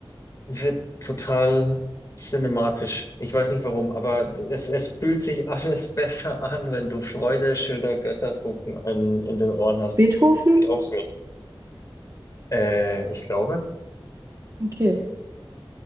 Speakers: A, on the left; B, on the right.
A: wird total cinematisch. Ich weiß nicht warum, aber es, es fühlt sich alles <laughs> besser an, wenn du Freude schöner Götterfunken in, in den Ohren
B: ist
A: hast.
B: Beethoven?
A: Glaub's mir. Äh, ich glaube.
B: Okay.